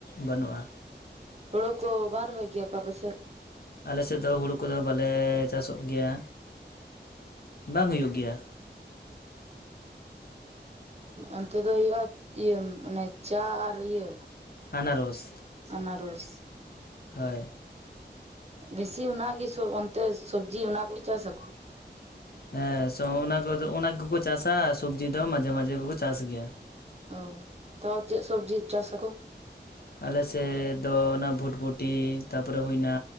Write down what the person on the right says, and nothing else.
ᱦᱲᱳ ᱠᱚ ᱵᱟ ᱨᱚᱦᱚᱭ ᱜᱮᱭᱟ ᱠᱚ ᱟᱯᱮ ᱥᱮᱫ?
ᱚᱱᱛᱮ ᱫᱚ ᱦᱩᱭᱩᱜᱼᱟ ᱤᱭᱟᱹ ᱚᱱᱮ ᱪᱟ ᱟᱨ ᱤᱭᱟᱹ?
ᱟᱱᱟᱨᱚᱥ
ᱵᱮᱥᱤ ᱚᱱᱟᱜᱮ ᱥᱚ ᱚᱱᱛᱮ ᱥᱚᱵᱽᱡᱤ ᱚᱱᱟ ᱠᱚ ᱪᱟᱥ ᱟᱠᱚ?
ᱳ ᱛᱟᱣ ᱪᱮᱫ ᱥᱚᱵᱽᱡᱤ ᱪᱟᱥ ᱟᱠᱚ?